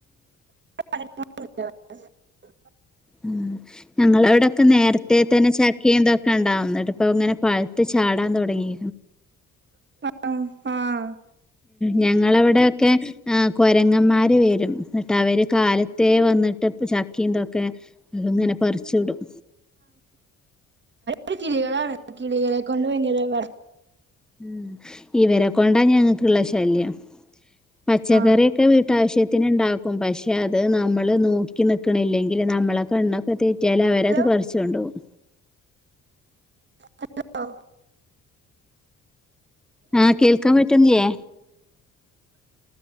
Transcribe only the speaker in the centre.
ആ ഞങ്ങളവിടൊക്കെ നേരത്തെ തന്നെ ചക്കയും ഇതെക്കെണ്ടാവു ന്നിട്ട് ഇപ്പൊ ഇങ്ങനെ പഴുത്തു ചാടാൻ തുടങ്ങി
ഞങ്ങളവിടൊക്കെ ആഹ് കൊരങ്ങന്മാർ വരും എന്നിട്ട് അവര് കാലത്തെ വന്നിട്ട് ചക്കീന്തൊക്കെങ്ങനെ പറിച്ചുവിടും
ഉം ഇവരെ കൊണ്ടാ ഞങ്ങക്ക്ള്ള ശല്യം പച്ചക്കറിയൊക്കെ
വീട്ടാവശ്യത്തിന് ണ്ടാ ക്കും പക്ഷേ അത് നമ്മള് നോക്കി നിക്കണില്ലെങ്കി ല് നമ്മളെ കണ്ണൊക്കെ തെറ്റിയാൽ അവരത്
പറിച്ചൊണ്ടോകും
ആ കേൾക്കാൻ പറ്റുന്നില്ലേ